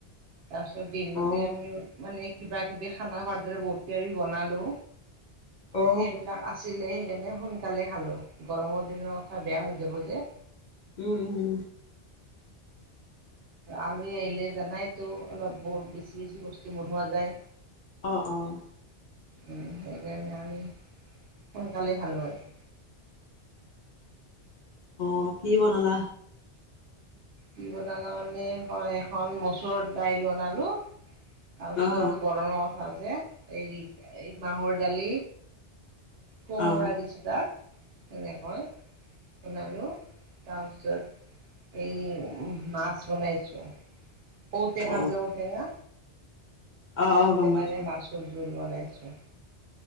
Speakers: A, on the right (about 65°); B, on the left (about 55°).
A: তাৰপিছত দিনতে
B: অ
A: আমি মানে কিবা কিবি খানা খোৱাৰ দৰে বহুত দেৰি বনালো
B: অ
A: সেইবিলাক আছিলেই। এনে সোনকালে খালো গৰমৰ দিনৰ কথা বেয়া হৈ যাব যে।
B: উম -উম উ
A: আলহী আহিলে জানাইতো অলপ বহুত বেছি বেছি বস্তু। বনোৱা যায়।
B: অহ অ'
A: উম,
B: আছে।
A: আমি সোনকালে খালো আৰু
B: অ' কি বনালা
A: দি বনালা মানেই এখন মচুৰ দাইল বনালো। তাৰপিছত
B: অ
A: আৰু গৰমৰ কথা যে এই মাহৰ দালি। কোমৰা
B: অ অ
A: দিছেো তাত। তেনেকৈ বনালোঁ তাৰপিছত এই উম মাছ বনাইছো ঔটেঙা
B: অ
A: যে ঔটেঙা
B: অ অ
A: ঔ
B: অ গম
A: তে
B: পাইছো
A: কাৰে মছুৰ জোৰ বলাইছো